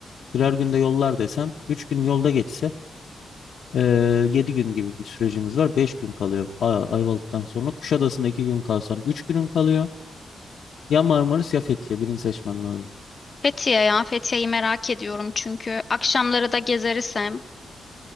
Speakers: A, on the left (about 75°); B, on the left (about 40°).
A: Birer günde yollar desem 3 gün yolda geçse eee 7 gün gibi bir sürecimiz var. 5 gün kalıyor A- Ayvalık'tan sonra. Kuşadası'nda 2 gün kalsan 3 günün kalıyor. Ya Marmaris ya Fethiye birini seçmen lazım.
B: Fethiye ya Fethiye'yi merak ediyorum çünkü akşamları da gezeriz hem.